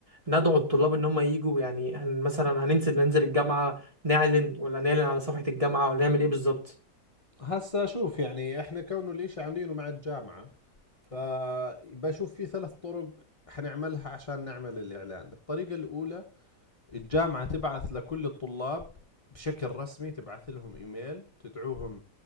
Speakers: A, on the right; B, on the left.
A: ندعو الطلاب ان هم يجوا يعني هن مثلا هننزل ننزل الجامعة نعلن ولا نعلن على صفحة الجامعة ولا نعمل ايه بالظبط
B: هسا شوف يعني احنا كونه الاشي عاملينه مع الجامعة فبشوف في ثلاث طرق حنعملها عشان نعمل الإعلان الطريقة الأولى الجامعة تبعث لكل الطلاب بشكل رسمي تبعث لهم إيميل تدعوهم